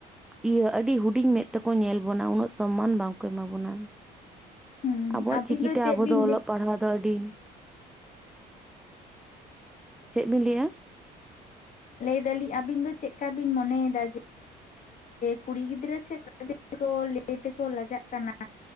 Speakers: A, in the centre; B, on the left.
A: ᱤᱭᱟᱹ ᱟᱹᱰᱤ ᱦᱩᱰᱤᱧ ᱢᱮᱫ ᱛᱮᱠᱚ ᱧᱮᱞ ᱵᱚᱱᱟ ᱩᱱᱟᱹᱜ ᱥᱚᱢᱢᱟᱱ ᱵᱟᱝᱠᱚ ᱮᱢᱟ ᱵᱚᱱᱟ
B: ᱦᱩᱸ
A: ᱟᱵᱚᱣᱟᱜ
B: ᱟᱹᱵᱤᱱ
A: ᱪᱤᱠᱤᱛᱮ
B: ᱪᱮᱫ
A: ᱟᱵᱚ
B: ᱵᱤᱱ
A: ᱫᱚ ᱚᱞᱚᱜ ᱯᱟᱲᱦᱟᱣ ᱫᱚ ᱟᱹᱰᱤ ᱪᱮᱫ ᱵᱤᱱ ᱞᱟᱹᱭᱟ?
B: ᱞᱟᱹᱭ ᱫᱟᱞᱤᱧ ᱟᱵᱤᱱ ᱫᱚ ᱪᱮᱫᱠᱟ ᱵᱤᱱ ᱢᱚᱱᱮᱭᱮᱫᱟ ᱡᱮ ᱠᱩᱲᱤ ᱜᱤᱫᱽᱨᱟᱹ ᱥᱮ ᱠᱚᱲᱟ ᱜᱤᱫᱽᱨᱟᱹ ᱠᱚ ᱞᱟᱹᱭ ᱛᱮᱠᱚ ᱞᱟᱡᱟᱜ ᱠᱟᱱᱟ